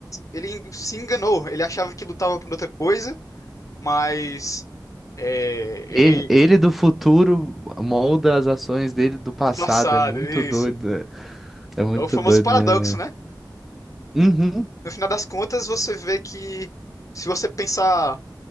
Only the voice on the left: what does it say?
Ele se enganou, ele achava que lutava por outra coisa, mas é, ele.
Do passado,
isso.
É o famoso
paradoxo,
né?
No final das contas, você vê que, se você pensar